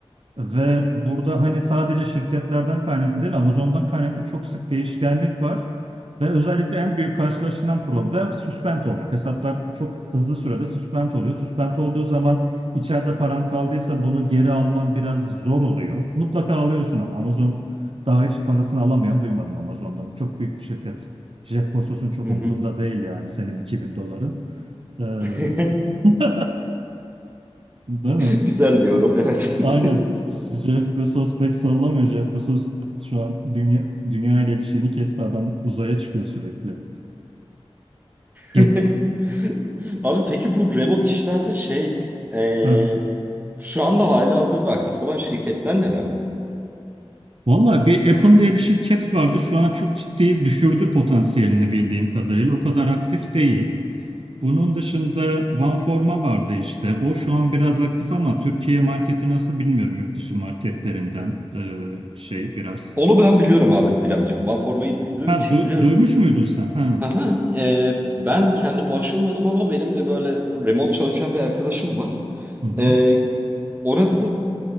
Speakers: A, on the right; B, on the right.
A: Ve burada hani sadece şirketlerden kaynaklı değil, Amazon'dan kaynaklı çok sık değişkenlik var. Ve özellikle en büyük karşılaşılan problem suspend olmak. Hesaplar çok hızlı sürede suspend oluyor. Suspend olduğu zaman içeride paran kaldıysa bunu geri alman biraz zor oluyor. Mutlaka alıyorsun ama Amazon daha hiç parasını alamayan duymadım Amazon'dan. Çok büyük bir şirket. Jeff Bezos'un çok
B: Hı hı.
A: umurunda değil yani senin 2000 doların. Ee,
B: <laughs>
A: <laughs> Değil mi?
B: Güzel bir yorum evet.
A: Aynen.
B: <laughs>
A: Jeff Bezos pek sallamıyor. Jeff Bezos şu an dünya dünya ile ilişkini kesti adam uzaya çıkıyor sürekli. Get.
B: <laughs> Abi peki bu remote işlerde şey eee,
A: Ha.
B: şu anda halihazırda aktif olan şirketler neler?
A: Vallahi bir Apple diye bir şirket vardı. Şu an çok ciddi düşürdü potansiyelini bildiğim kadarıyla. O kadar aktif değil. Bunun dışında OneForma vardı işte. O şu an biraz aktif ama Türkiye marketi nasıl bilmiyorum. Yurt dışı marketlerinden e, şey biraz.
B: Onu ben biliyorum abi birazcık. OneForma'yı duyduğum
A: Ha
B: için
A: du-
B: biliyorum.
A: duymuş muydun sen? Ha.
B: Aha, eee, ben kendi başvurmadım ama benim de böyle remote çalışan bir arkadaşım var.
A: Hı hı.
B: Eee, orası